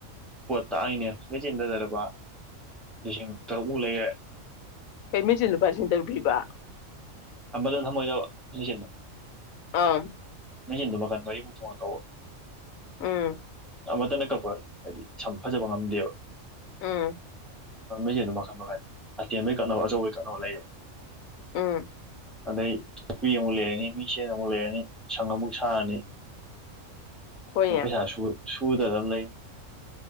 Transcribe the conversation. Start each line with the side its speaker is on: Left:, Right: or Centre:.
Centre: ꯄꯣꯠ ꯇꯥꯛꯏꯅꯦ ꯃꯦꯆꯤꯟ ꯇꯖꯔꯕ ꯂꯤꯁꯤꯡ ꯇꯔꯨꯛꯃꯨꯛ ꯂꯩꯔꯦ
Left: ꯀꯩ ꯃꯩꯆꯤꯟ ꯅꯨꯄꯥꯁꯤꯡꯟ ꯇꯔꯨ ꯄꯕ
Centre: ꯑꯝꯕꯂ ꯊ ꯃꯣꯏꯗꯁꯤꯣ
Left: ꯑꯥ
Centre: ꯃꯆꯤꯟꯗꯨ ꯃꯈꯟ ꯃꯔꯤꯃꯨꯛ ꯊꯣꯡꯉ ꯇꯧꯕ
Left: ꯎꯝ
Centre: ꯑꯃꯇꯅ ꯀꯛꯄ ꯍꯥꯏꯗꯤ ꯁꯝ ꯐꯖꯕ ꯉꯝꯗꯦꯕ
Left: ꯑꯥ
Centre: ꯃꯁꯤꯡꯗꯣ ꯃꯈꯟ ꯃꯈꯟ ꯑꯇꯦꯟꯕꯩ ꯀꯛꯅꯕ ꯑꯆꯧꯕꯩ ꯀꯛꯅꯕ ꯂꯩꯌꯦꯕ
Left: ꯎꯝ
Centre: ꯑꯗꯩ ꯆꯄꯤꯄꯤ ꯑꯃꯨꯛ ꯂꯩꯔꯅꯤ ꯃꯤꯡꯆꯦꯟ ꯑꯃꯨꯛ ꯂꯩꯔꯅꯤ ꯁꯪ ꯑꯃꯨꯛ ꯁꯥꯔꯅꯤ
Left: ꯍꯣꯏꯅꯦ
Centre: ꯄꯩꯁꯥꯁꯨꯨ ꯁꯨꯗꯅ ꯂꯩ